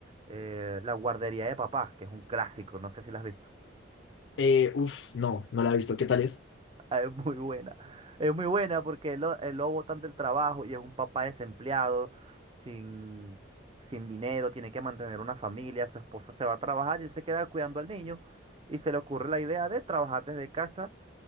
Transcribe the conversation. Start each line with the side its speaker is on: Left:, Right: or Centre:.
Right: eh, La guardería de papá, que es un clásico, no sé si la has visto.
Left: eh, uff, no, no la he visto. ¿Qué tal es?
Right: Ah, Es muy buena. Es muy buena porque el, lo- el lobo botan del trabajo y es un papá desempleado, sin, sin dinero, tiene que mantener una familia, su esposa se va a trabajar y él se queda cuidando al niño y se le ocurre la idea de trabajar desde casa,